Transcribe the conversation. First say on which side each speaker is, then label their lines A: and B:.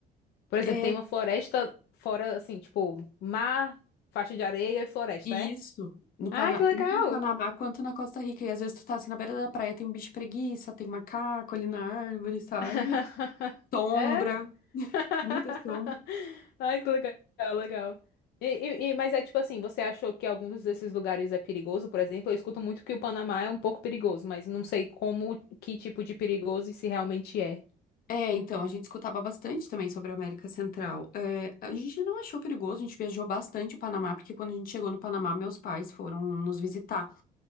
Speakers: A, on the left; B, on the left.
A: Por exemplo,
B: É
A: tem uma floresta fora, assim, tipo, mar, faixa de areia e floresta,
B: isso.
A: é?
B: No
A: Ah,
B: Pana...
A: que legal!
B: Tanto no Panamá quanto na Costa Rica. E às vezes tu tá assim na beira da praia, tem um bicho preguiça, tem macaco ali na árvore, sabe?
A: <laughs>
B: Sombra,
A: É? <laughs>
B: muita sombra.
A: Ai, que legal, legal. E, e- e- mas é tipo assim, você achou que alguns desses lugares é perigoso? Por exemplo, eu escuto muito que o Panamá é um pouco perigoso, mas não sei como, que tipo de perigoso e se realmente é.
B: É, então, a gente escutava bastante também sobre a América Central. É, a gente não achou perigoso, a gente viajou bastante o Panamá, porque quando a gente chegou no Panamá, meus pais foram nos visitar.